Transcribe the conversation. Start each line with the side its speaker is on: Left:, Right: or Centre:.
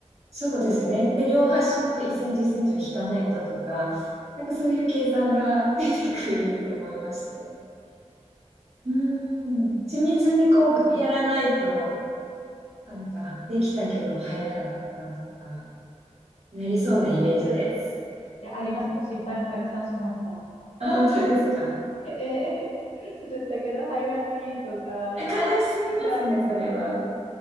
Right: そういうことですよね。で、両端の1センチ1センチを引かないととか、なんかそういう計算が出てくると思いまして。うん。緻密にこうやらないと、
Left: そうですね。
Right: あ、なんかできたけど入らなかったとか、なりそうなイメージです。
Left: いや、ありますよ。いや、ありますよ。失敗もたくさんしました。
Right: あ、本当ですか。
Left: <laughs> ええ作ったけど入らないとか、
Right: あ悲しすぎますね、
Left: 一段、
Right: それは。